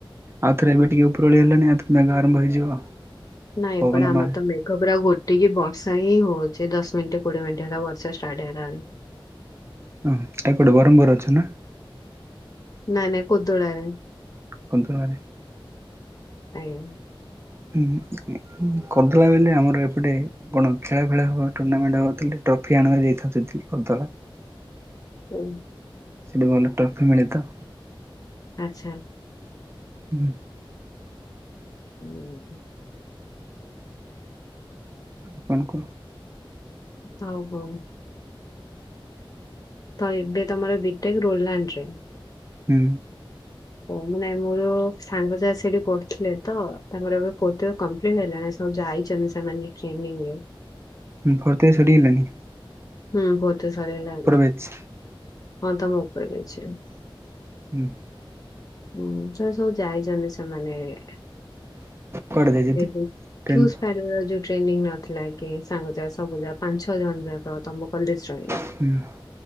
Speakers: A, on the right (about 30°); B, on the left (about 40°).
A: ଆଉଥରେ ଏବେ ଟିକେ ଉପରଳି ହେଲାଣି ଆଉଥରେ ମେଘ ଆରମ୍ଭ ହେଇଯିବ।
B: ନାଇଁ ଏପଟେ
A: ପବନ
B: ଆମ
A: ମା
B: ର ତ ମେ ଘ ପୁରା ଘୋଟିକି ବର୍ଷା ହିଁ ହଉଛି ଦସ୍ ମିନିଟ କୋଡିଏ ମିନିଟ ହେଲା ବର୍ଷା ଷ୍ଟାର୍ଟ ହେଲାଣି।
A: ଉଁହୁଁ ତା କୋଟି ବରହମ୍ପୁରେ ଅଚ୍ଛନା।
B: ନାଏ ନାଏ କୋଦଳାରେ
A: କନ୍ତଳାରେ
B: ଆଜ୍ଞା।
A: ଉଁ ହୁଁ କୋଦଳାରେ ବୋଇଲେ ଆମର ଏପଟେ କଣ ଖେଳା ଫେଳା ହବ ଟୁର୍ଣାମେଣ୍ଟ ହଉ ଥିଲେ ଟ୍ରଫି ଆଣୁଭାରି ଯାଇଥାନ୍ତା ସେତିକି କରଦେଲା।
B: <inaudible>
A: ସେଟି ଗଲେ ଟ୍ରଫି ମିଳେତ।
B: ଆଚ୍ଛା।
A: ହୁଁ।
B: ଉଁ ହୁଁ ହୁଁ।
A: ଆଉଁ କଣ କୁହ?
B: ହୋଉ ହୋଉ। ତ ଏବେ ତମର ବିଟେକ୍ ରୋଲାଣ୍ଡରେ?
A: ହୁଁ।
B: ହୋଉ ନାଇଁ ମୋର ସାଙ୍ଗ ଯାକ ସେଠିଁ ପଢୁଥିଲେ ତ ତାଙ୍କର ଫୋର୍ଥୟର କମ୍ପ୍ଲିଟି ହେଲା। ସବୁ ଯାଇଛନ୍ତି ସେମାନେ ଟ୍ରେନିଂରେ।
A: ଉଁ ଫୋର୍ଥଇୟର ସରିିଗଲାଣିି?
B: ହୁଁଉଁ ଫୋର୍ଥୟର ସରିଗଲାଣି
A: ବ୍ୟାଚ୍
B: ହଁ ତମ ଉପରେ ବ୍ୟାଚରେ।
A: ଉଁ ହୁଁ।
B: ହୁଁ ସେମାନେ ସବୁ ଯାଇଛନ୍ତି ସ ସେମାନେ ଏଁ
A: କୁଆଡ଼େ ଯାଇଛନ୍ତି?
B: ସେଇ ଯଉଁ
A: ଟ୍ରେନ୍
B: କ୍ଯୁସ୍ପାଇଡର ଯଉଠିଁ ଟ୍ରେନିଂ ନଥିଲା କି ସାଙ୍ଗ ଯାକ ସବୁ ଯାକ ପାଞ୍ଚ ଛ ଜଣ ଯାକ ତମ କଲେଜରଏ।
A: ହେଇୟା।